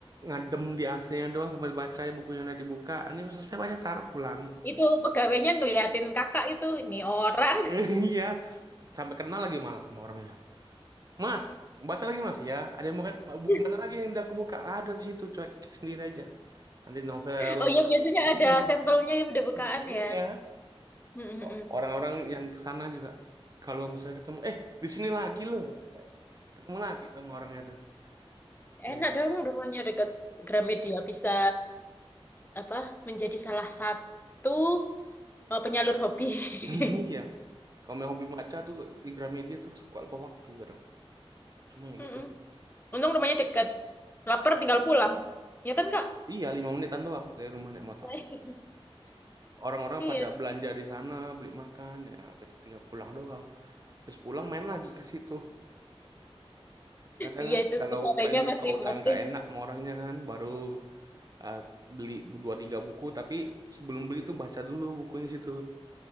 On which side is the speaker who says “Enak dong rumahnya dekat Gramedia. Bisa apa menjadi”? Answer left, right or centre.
Left